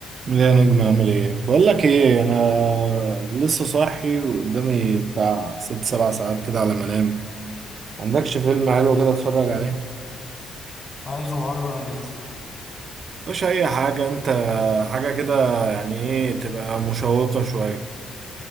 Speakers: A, on the right; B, on the left.
A: لا يا نجم اعمل ايه بقول لك ايه انا لسه صاحي وقدامي بتاع ست سبع ساعات كده على ما انام عندكش فيلم حلو كده اتفرج عليه
B: عايزه عربي ولا انجليزي
A: مش اي حاجه انت حاجه كده يعني ايه تبقى مشوقه شويه